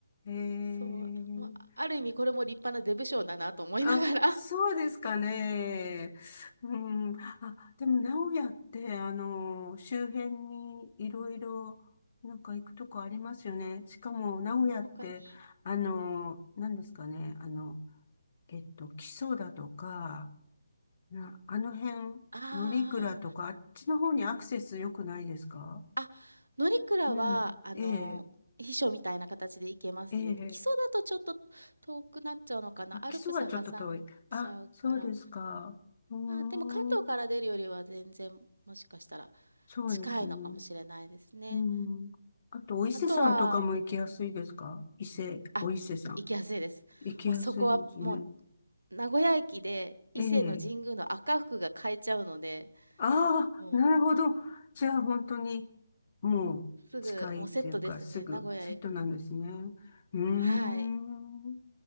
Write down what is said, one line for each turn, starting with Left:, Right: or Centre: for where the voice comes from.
Left: えー。
Right: そう。まあ、ある意味これも立派なデブ賞だなと思いながら。
Left: あ、そうですかね。うん。あ、でも、
Right: うん、
Left: 名古屋って、あの、周辺にいろいろ、なんか行くとこありますよね。しかも、名古屋って、
Right: 他に。
Left: あの、何ですかね。あの、えっと、木曽だとか、な、あの辺、
Right: あ
Left: 乗鞍とか、あっちの方にアクセス良くないですか
Right: あ、あ、乗鞍は、
Left: うん。
Right: あの、
Left: ええ、
Right: 秘書みたいな形で行けますね。
Left: ええ。
Right: 基礎だとちょっと遠くなっちゃうのかな。
Left: あ、
Right: アルプス挟んちゃうから。
Left: 基礎はちょっと遠い。あ、そうですか。うー
Right: まあでも関東から出るよりは全然もしかしたら
Left: ん、そうですね。
Right: 近いのかもしれないですね。
Left: うん。あと、お伊勢さんとかも行きやすいですか伊勢、
Right: あとは、あ、
Left: お伊勢さん。
Right: 行きやすいです。
Left: 行きやすいですね。
Right: もうそこは、もう、名古屋駅で伊勢の神宮の赤福が買えちゃうので、
Left: ええ。ああ、
Right: もう。
Left: なるほど。じゃあ、本当に、もう、
Right: すぐもうセットですね。
Left: 近いっていうか、すぐ、
Right: 名古屋へ、
Left: セットなんですね。うーん。
Right: はい、
Left: う